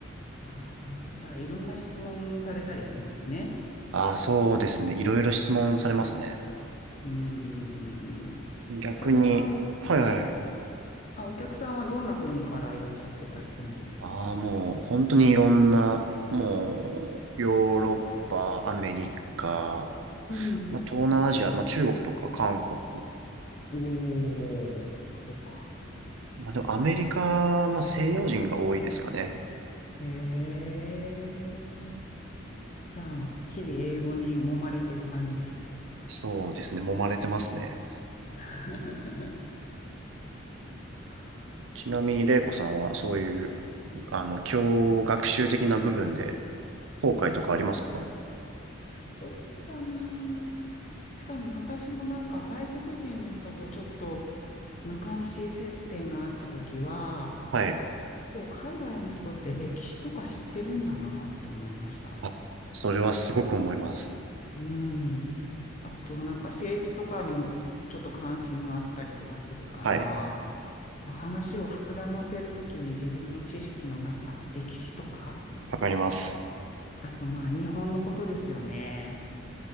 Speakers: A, on the left; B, on the right.
A: ああ、じゃあいろんな質問されたりするんですね。
B: ああ、そうですね。いろいろ質問されますね。
A: うんうんうん
B: 逆に、
A: うん。お客さんは、
B: はいはいはい。
A: はい。あ、お客さんはどんな国からいらっしゃってたりするんですか
B: ああ、もう、本当にいろんな、もう、ヨーロッパ、アメリカ、
A: うん。
B: まあ、東南アジア、まあ、中国とか韓国、
A: おー、そっかそっか。
B: まあ、でもアメリカ、まあ、西洋人が多いですかね。
A: へえ。じゃあ、日々英語に揉まれてる感じですね。
B: そうですね。揉まれてますね。
A: <laughs> そっか。
B: ちなみに、玲子さんは、そういう、あの、教学習的な部分で、後悔とかありますか
A: そうだなあ。確かに私もなんか外国人の人とちょっと昔接点があった時は、
B: はい。
A: こう海外の人って歴史とか知ってるんだなって思いました。
B: あ、それはすごく思います。
A: うん。あとなんか政治とかにもちょっと関心があったりとかするから、
B: はい。
A: こう話を膨らませるときに自分の知識のなさ、歴史とか、
B: わかります。
A: あとまあ日本のことですよね。